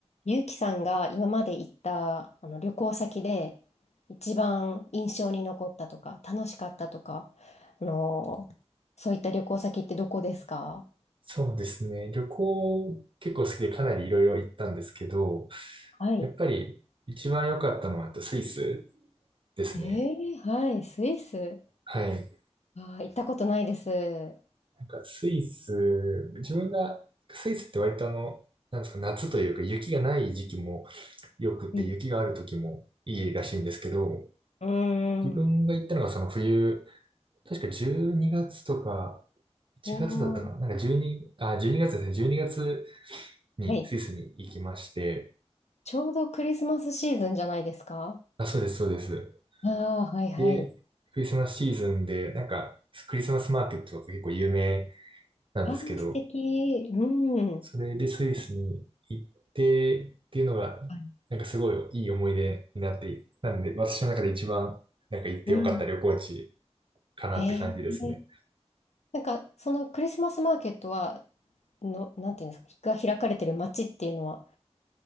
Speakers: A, on the left; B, on the right.
A: ゆうきさんが今まで行ったあの旅行先で一番印象に残ったとか楽しかったとか、あのーそういった旅行先ってどこですか
B: そうですね。旅行結構好きでかなりいろいろ行ったんですけど、
A: はい。
B: やっぱり一番良かったのはえっとスイスですね。
A: えーはい、スイス。
B: はい。
A: あー、行ったことないです。
B: なんかスイス、自分が、スイスって割とあの、なんですか、夏というか雪がない時期も良くて、
A: うん。
B: 雪がある時もいいらしいんですけど、
A: うーん。
B: 自分が行ったのがその冬、確か12月とか1月だったかな。
A: おー、
B: なんか12、あ、12月ですね。12月にがつ
A: はい。
B: にスイスに行きまして、
A: ちょうどクリスマスシーズンじゃないですか
B: あ、そうです、そうです。
A: ああー、はいはい。
B: で、クリスマスシーズンで、なんか、クリスマスマーケットとか結構有名なんですけど、
A: ああ、素敵。うん。
B: それでスイスに行ってっていうのが、
A: はい
B: なんかすごいいい思い出になって、なんで私の中で一番、なんか行ってよかった旅行地
A: うん。
B: かなって感じですね。
A: へえ。なんか、そのクリスマスマーケットは、の、なんていうんですか、が開かれてる街っていうのは、